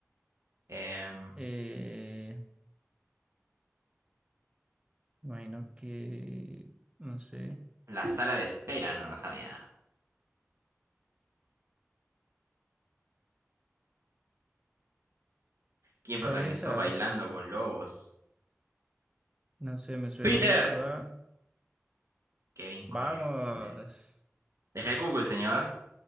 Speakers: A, on the right; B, on the right.
A: Em,
B: Eh, imagino que, no sé,
A: la sala de espera, no, no sabía nada. ¿Quién protagonizó
B: ¿cuál es esa?
A: Bailando con Lobos?
B: No sé, me suena
A: Peter.
B: mucho a...
A: Kevin Costner.
B: ¡Vamos!
A: Deje Google, señor.